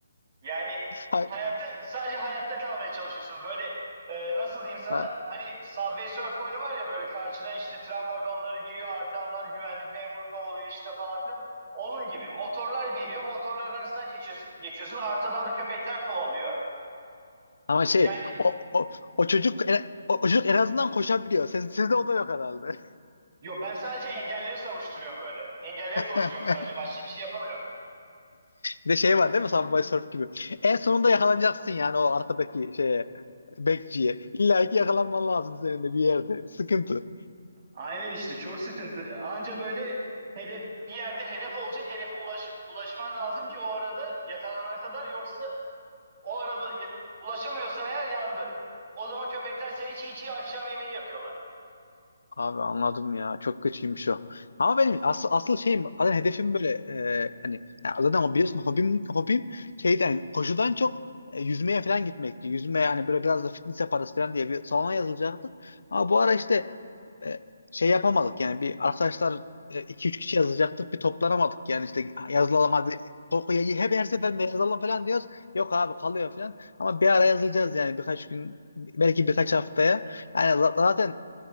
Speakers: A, on the right; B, on the left.
A: Yani
B: Ha-
A: hayatta sadece hayatta kalmaya çalışıyorsun. Böyle e, nasıl diyeyim sana
B: ha.
A: hani Subway Surf oyunu var ya böyle karşıdan işte tren vagonları geliyor arkandan güvenlik memuru kovalıyor işte falan filan. Onun gibi motorlar geliyor motorların arasından geçiyorsun, geçiyorsun arkadan da köpekler kovalıyor.
B: Ama şey
A: Yani
B: o, o, o çocuk en, o, o çocuk en azından koşabiliyor. Siz, sizde o da yok herhalde.
A: Yo ben sadece engelleri savuşturuyorum böyle. Engelleri dolduruyorum
B: <laughs>
A: sadece. Başka bir şey yapamıyorum.
B: Bir de şey var değil mi? Subway Surf gibi. En sonunda yakalanacaksın yani o arkadaki şeye. Bekçiye. İlla ki yakalanman lazım senin de bir yerde. Sıkıntı.
A: Aynen işte çok sıkıntı. Anca böyle hedef bir yerde hedef olacak hedefe ulaş, ulaşman lazım ki o arada yakalanana kadar yoksa o arada ya- ulaşamıyorsan eğer yandın. O zaman köpekler seni çiğ çiğ akşam yemeği yapıyorlar.
B: Abi anladım ya. Çok kötüymüş o. Ama benim asıl asıl şeyim zaten hedefim böyle e, hani ya zaten o biliyorsun hobim hobim şeyden koşudan çok e, yüzmeye falan gitmekti. Yüzmeye hani böyle biraz da fitness yaparız falan diye bir salona yazılacaktık. Ama bu ara işte e, şey yapamadık yani bir arkadaşlar e, iki üç kişi yazılacaktık bir toplanamadık yani işte yazılalım hadi Korkuya hep her seferinde yazalım falan diyoruz. Yok abi kalıyor falan. Ama bir ara yazılacağız yani birkaç gün belki birkaç haftaya. Yani za- zaten